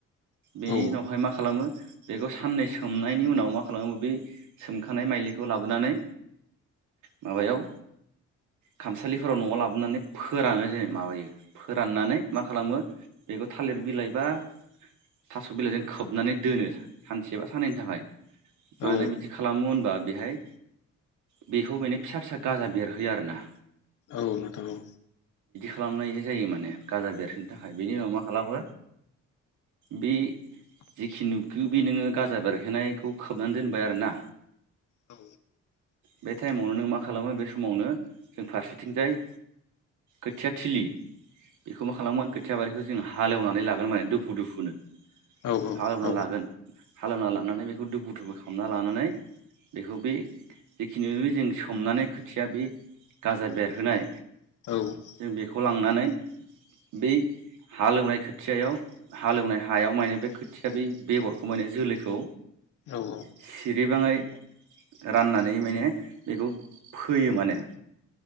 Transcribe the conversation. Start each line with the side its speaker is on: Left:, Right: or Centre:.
Right: बेनि
Left: औ
Right: उनावहाय मा खालामो बेखौ साननै सोमनायनि उनाव मा खालामो बे सोमखानाय माइलिखौ लाबोनानै माबायाव खामसालिफोराव न'आव लाबोनानै फोरानो जेन माबायो फोराननानै मा खालामो बेखौ थालिर बिलाइ बा थास' बिलाइजों खोबनानै दोनो सानसे बा सानैैनि थाखाय मानो
Left: औ
Right: बिदि खालामो होनबा बे हाय बेखौ माने फिसा फिसा गाजा बेरहोयो आरो ना
Left: औ नोथार औ
Right: खालामनाय जायो माने गाजा बेरसोननो थाखाय बेनि उनाव मा खालामो बे जेखिनि नुबखो बे नोङो गाजा बेरहोनायखौ खोबनानै दोनबाय आरोना
Left: औ।
Right: बे टाइमावनो नों मा खालामो बे समावनो जों फारसेथिंजाय खोथियाथिलि बेखौ मा खालामोमोन खोथिया बारिखौ जोङो हालेवनानै लागोन माने दुफु दुफुनो
Left: औ नोंथां
Right: हालेवना लागोन
Left: औ नोंथां औ
Right: हालेवना लानानै बेखौ दुफु दुफु खालामना लानानै बेखौ बे जिखिनि जों सोमनानै खोथिया बे गाजा बेरहोनाय
Left: नोंथां औ नोंथां औ नोंथां औ नोंथां
Right: जों बेखौ लांनानै बै हालौवनाय खोथियाव हालौवनाय हायाव माने बे खोथिया बे बेगरखौ माने जोलैखौ
Left: औ
Right: सिरिबाङै राननानै माने बेखौ फोयो माने-